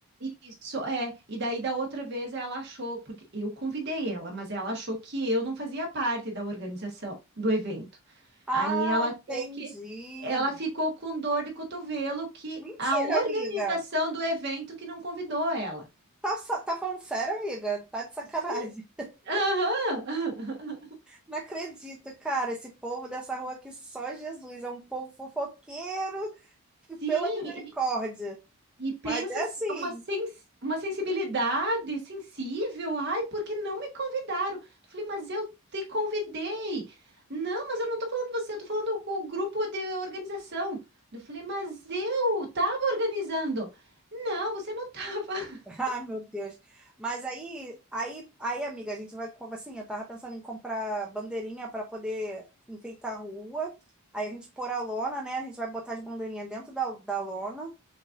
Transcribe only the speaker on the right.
Isso, é. E daí da outra vez ela achou, porque eu convidei ela, mas ela achou que eu não fazia parte da organização do evento.
Aí ela achou
que ela ficou com dor de cotovelo que
a organização
do evento que não convidou ela.
Sim. Aham.
<laughs> Sim,
E pensa
s-
uma, sens
uma sensibilidade sensível. Ai, porque não me convidaram? Eu falei, mas eu te convidei. Não, mas eu não tô falando você, eu tô falando com o grupo de organização. Eu falei, mas eu tava organizando. Não, você não tava. <laughs>